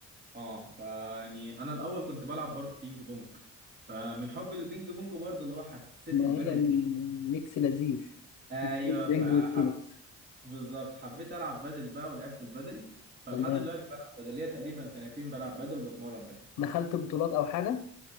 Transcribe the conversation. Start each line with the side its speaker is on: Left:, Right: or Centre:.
Right: اه ف- يعني انا الاول كنت بلعب برضه بينج بونج فمن حب البينج بونج برضه اللي هو حسيت
Left: ما
Right: البدل
Left: هي من
Right: ايه
Left: ميكس لذيذ
Right: ايوه
Left: الرينج
Right: فحب
Left: والتنس
Right: بالظبط حبيت العب بادل بقى ولعبت البادل فلحد
Left: تمام
Right: دلوقتي بلعب بادل ليا تقريبا سنتين بلعب بادل وبتمرن بادل
Left: دخلت بطولات او حاجة